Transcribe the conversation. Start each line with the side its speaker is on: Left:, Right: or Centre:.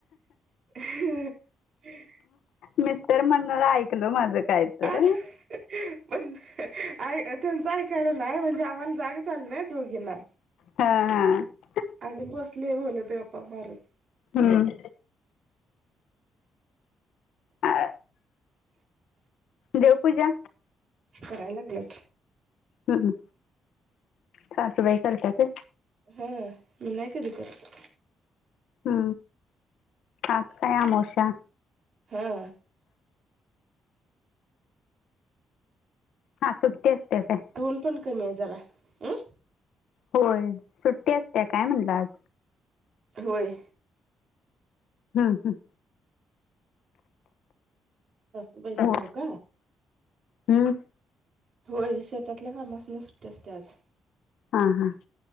Right: <unintelligible>
Left: मिस्टर म्हणार ऐकल माझं काय तर
Right: आज <inaudible> पण त्यांचं ऐकायला नाही म्हणजे आम्हाला जागच आली नाही दोघींना.
Left: हा- हा.
Right: आणि बसले मुल ते गप्पा मारत.
Left: हम्म. अ, देवपूजा
Right: <inaudible> कराय लागलेत.
Left: हम्म. सासुबाई करत्याते.
Right: हम्म. मी नाही कधी करत.
Left: हा. आज काय अमोशा.
Right: हा.
Left: आज सुट्टी असते काय?
Right: ऊन पण कमी आहे जरा. अं
Left: होय. सुट्टी असते काय म्हणलं आज?
Right: होय.
Left: हम्म - हम्म.
Right: सासू बाई
Left: हो
Right: नौका.
Left: हम्म
Right: होय. शेतातल्या कामासून सुट्टी असते आज.
Left: हा- हा.